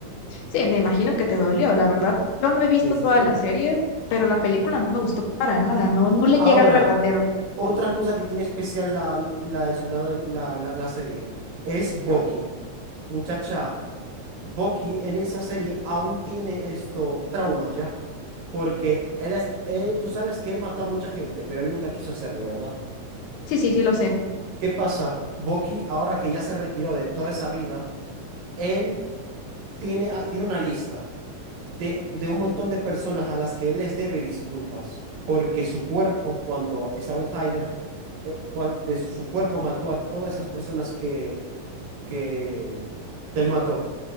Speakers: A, on the left; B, on the right.
A: Sí, me imagino que te dolió, la verdad. Yo no he visto
B: Sí, sí,
A: toda
B: sí.
A: la serie, pero la película no me gustó para nada, no, no le
B: Ahora,
A: llega al verdadero.
B: otra cosa que tiene especial la, la del soldado, del- la, la, la serie, es Bucky. Muchacha, Bucky en esa serie aún tiene esto, traumas ya. Porque él, es- él- tú sabes que él mató a mucha gente, pero él nunca quiso hacerlo, ¿verdad?
A: Sí, sí, sí, lo sé.
B: ¿Qué pasa? Bucky, ahora que ya se retiró de toda esa vida, él tiene, ah, tiene una lista de, de un montón de personas a las que él les debe disculpas, porque su cuerpo, cuando estaba en Hydra, eh, cuan- de su cuerpo mató a todas esas personas que, que, que él mató.